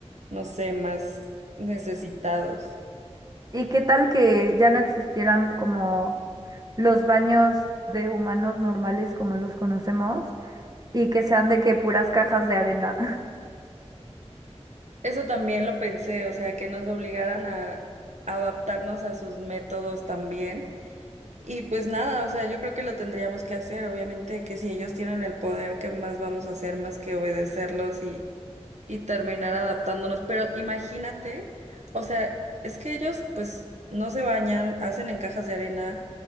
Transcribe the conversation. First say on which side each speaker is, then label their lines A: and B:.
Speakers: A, on the right (about 85°); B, on the right (about 35°).
A: no sé, más necesitados.
B: ¿Y qué tal que ya no existieran como los baños de humanos normales como los conocemos y que sean de que puras cajas de arena?
A: Eso también lo pensé, o sea, que nos obligaran a adaptarnos a sus métodos también. Y pues nada, o sea, yo creo que lo tendríamos que hacer, obviamente que si ellos tienen el poder, ¿qué más vamos a hacer más que obedecerlos y y terminar adaptándonos. Pero imagínate, o sea, es que ellos pues no se bañan, hacen en cajas de arena,